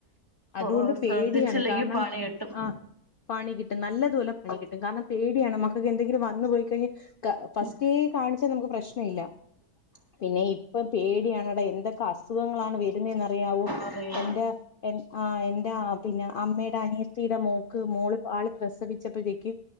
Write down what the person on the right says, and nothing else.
ഓ ശ്രദ്ധിച്ചില്ലെങ്കി
പണി കിട്ടും
ഉം
അറിയില്ല